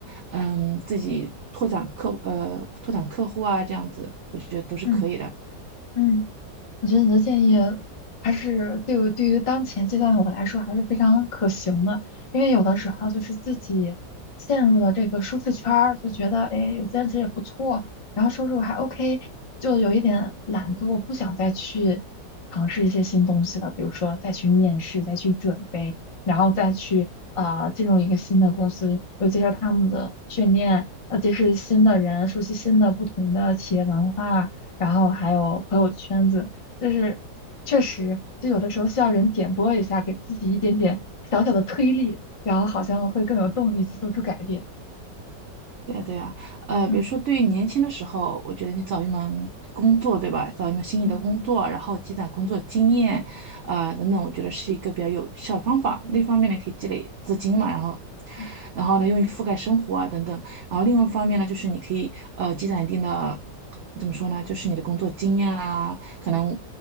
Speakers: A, on the right; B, on the left.
A: 嗯，自己拓展客呃拓展客户啊，这样子，我觉得都是可以的。
B: 嗯。嗯我觉得你的建议还是对我对于当前阶段的我来说还是非常可行的，因为有的时候就是自己陷入了这个舒适圈儿，就觉得哎有兼职也不错，然后收入还 OK，就有一点懒惰，不想再去尝试一些新东西了，比如说再去面试，再去准备，然后再去呃进入一个新的公司，又接受他们的训练，呃结识新的人，熟悉新的不同的企业文化。然后还有朋友圈子，就是确实，就有的时候需要人点拨一下，给自己一点点小小的推力，然后好像会更有动力去做出改变。
A: 对呀，对呀，呃，
B: 嗯
A: 比如说对于年轻的时候，我觉得你找一门工作，对吧？找一门心仪的工作，
B: 嗯
A: 然后积攒工作经验，啊、等等，我觉得是一个比较有效的方法。那一方面呢，可以积累资金嘛，然后，
B: 嗯
A: 然后呢，用于覆盖生活啊等等。然后另外一方面呢，就是你可以呃积攒一定的，怎么说呢？就是你的工作经验啊，可能